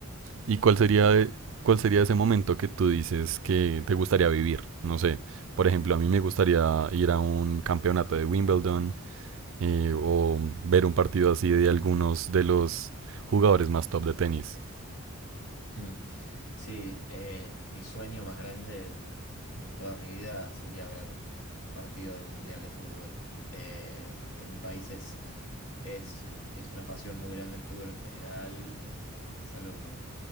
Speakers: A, on the right; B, on the left.
A: ¿Y cuál sería,
B: Tot-
A: de- cuál sería ese momento que tú dices que te gustaría vivir? No sé, por ejemplo, a mí me gustaría ir a un campeonato de Wimbledon eh, o ver un partido así de algunos de los jugadores más top de tenis.
B: Mm. Sí, eh, mi sueño más grande de, de toda mi vida sería ver un partido de un mundial de fútbol. Eh, en mi país es, es, es una pasión muy grande el fútbol en general, eh, es algo que